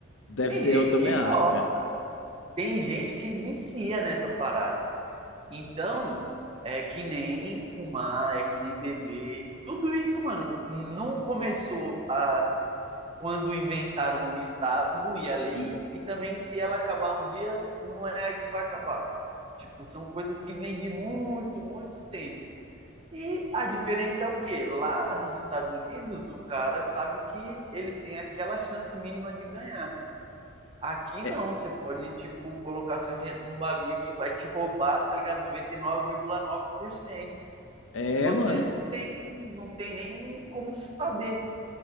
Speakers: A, on the left; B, on the right.
A: deve
B: Tem
A: ser,
B: gente
A: eu também
B: que
A: acho.
B: gosta,
A: É,
B: tem gente que vicia nessa parada. Então, é que nem fumar, é que nem beber. Tudo isso, mano, não começou a quando inventaram o Estado e a lei,
A: Hum.
B: e também se ela acabar um dia, não é aí que vai acabar. Tipo, são coisas que vêm de muito, muito tempo. E a diferença é o quê? Lá nos Estados Unidos, o cara sabe que ele tem aquela chance mínima de ganhar. Aqui
A: é,
B: não, você pode, tipo, colocar seu dinheiro num bagulho que vai te roubar, tá ligado? 99,9%.
A: é,
B: E nove
A: mano.
B: vírgula nove por cento. E você não tem, não tem nem como saber.